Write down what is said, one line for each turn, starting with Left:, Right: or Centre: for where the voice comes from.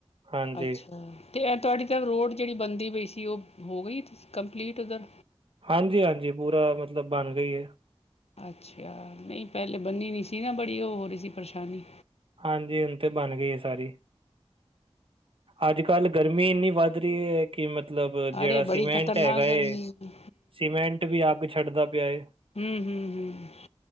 Right: ਹਾਂਜੀ
Left: ਅੱਛਾ ਤੇ ਐਂ ਤੁਹਾਡੀ ਤਾਂ ਰੋਡ ਜਿਹੜੀ ਬਣਦੀ ਪਈ ਸੀ, ਉਹ ਹੋ ਗਈ ਕੰਪਲੀਟ ਉੱਧਰ
Right: ਹਾਂਜੀ -ਹਾਂਜੀ ਪੂਰਾ, ਮਤਲਬ ਬਣ ਗਈ ਏ
Left: ਅੱਛਾ, ਨਹੀਂ ਪਹਿਲੇ ਬੰਨੀ ਨਹੀਂ ਸੀ, ਨਾ ਬੜੀ ਉਹ ਹੋ ਰਹੀ ਸੀ ਪਰੇਸ਼ਾਨੀ
Right: ਹਾਂਜੀ, ਹੁਣ ਤੇ ਬਣ ਗਈ ਏ ਸਾਰੀ ਅੱਜ -ਕੱਲ੍ਹ ਗਰਮੀ ਇੰਨੀ ਵੱਧ ਰਹੀ ਹੈ ਕਿ, ਮਤਲਬ ਜਿਹੜਾ
Left: ਅਰੇ ਬੜੀ
Right: ਸੀਮੈਂਟ
Left: ਖ਼ਤਰਨਾਕ
Right: ਹੈਗਾ
Left: ਗਰਮੀ
Right: ਏ
Left: ਹਮ
Right: ਸੀਮੈਂਟ ਵੀ, ਅੱਗ ਛੱਡਦਾ ਪਿਆ ਏ
Left: ਹਮ ਹਮ ਹਮ